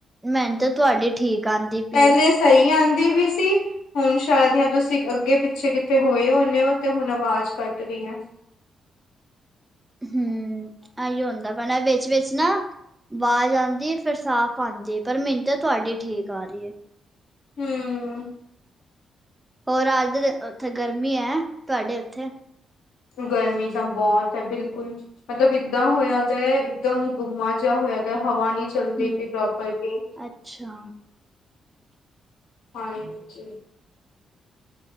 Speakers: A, on the right (about 15°); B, on the left (about 70°).
A: ਮੈਨੂੰ ਤਾ ਤੁਹਾਡੀ ਠੀਕ ਆਂਦੀ ਪਈ
B: ਪਹਿਲੇ
A: ਏ।
B: ਸਹੀ ਆਂਦੀ ਵੀ ਸੀ। ਹੁਣ ਸ਼ਾਇਦ ਹ ਤੁਸੀਂ ਅੱਗੇ ਪਿੱਛੇ ਕਿੱਥੇ ਹੋਏ ਹੁਣੇ ਹੋ ਤੇ ਹੁਣ ਆਵਾਜ਼ ਕੱਟਦੀ ਹੈ।
A: ਹੂੰ ਇਹੀ ਹੁੰਦਾ ਪਇਆ ਵਿੱਚ-ਵਿਚ ਨਾ ਆਵਾਜ਼ ਆਂਦੀ ਫਿਰ ਸਾਫ਼ ਹਾਂਜੀ ਪਰ ਮੈਨੂੰ ਤੇ ਤੁਹਾਡੀ ਠੀਕ ਆ ਰਹੀ ਹੈ।
B: ਹੂੰ
A: ਹੋਰ ਅੱਜ ਉਥੇ ਗਰਮੀ ਹੈ ਤੁਹਾਡੇ ਉਥੇ
B: ਗਰਮੀ ਤਾਂ ਬਹੁਤ ਹੈ ਬਿਲਕੁਲ ਮਤਲਬ ਏਦਾਂ ਹੋਇਆ ਤੇ ਇੱਕਦਮ ਗੁਮਾ ਜਿਹਾ ਹੋਇਆ ਦਾ ਹਵਾ ਨੀ ਚੱਲਦੀ
A: ਹੂੰ,
B: ਪਈ ਪ੍ਰੋਪਰਲੀ
A: ਅੱਛਾ
B: ਹਾਂਜੀ